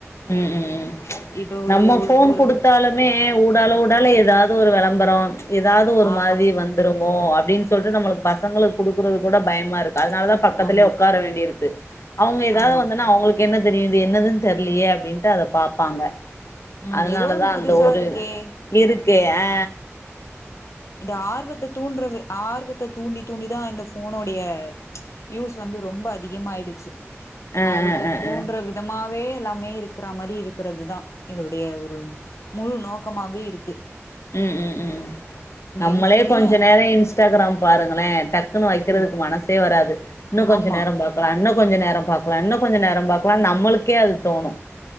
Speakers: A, on the left; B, on the left.
A: ம் ம் ம்
B: இப்ப ஒரு
A: நம்ம
B: ஒரு
A: ஃபோன்
B: ஒரு
A: கொடுத்தாலுமே ஊடால ஊடால ஏதாவது ஒரு வெளப் ந்தறோன் ஏதாது ஒரு
B: ஆ
A: மாரி வந்துருமோ அக் அப்டின்னு சொல்ட்டு நம்மளுக்கு பசங்களுக்கு கொடுக்றது கூட பயமா இருக் அதனாலதா பக்கத்லே
B: ஆமா
A: உட்கார வேண்டி இருக்கு அவங்க ஏதாவது
B: ஆமா
A: வந்துன்னா அவ்ங்ளுக் என்ன தெரிது என்னதுன்னு தெர் இல்லயே அப்டின்ட்டு அத பாப்பாங்க
B: ம்
A: அதனாலதா
B: ஏதோ ஒண்ணு
A: அந்த
B: புதுசா
A: ஒரு
B: இருக்கே
A: இருக்கு ஆ
B: இந்த ஆர்வத்த தூண்றது ஆர்வத்த தூண்டி தூண்டிதா இந்த ஃபோனோடய யூஸ் வந்து ரொம்ப அதிகமய்டுச்சு
A: ஆ
B: ஆர்வத்த
A: ஆ ஆ
B: தூண்ற
A: ஆ
B: விதமா வே எல்லா மே இருக்ற மாரி இருக்றதுதா இதுடைய ஒரு முழு நோக் க்கமாவே இருக்
A: ம் ம் ம் ம் நம்மளே
B: யூஸ் பண்ணி
A: கொஞ்ச நேர இன்ஸ்டாகிராம் பாருங்களே டக்குன்னு வைக்கிறதுக்கு
B: ம்
A: மனசே வராது இன்னு கொஞ்சோ
B: ஆமா
A: நேரம் பாக்கலா இன்னு கொஞ்ச நேரம் பாக்கலா இன்னு கொஞ்ச நேரம் பார்கக்கலா நம்மளுக்கே அது தோணு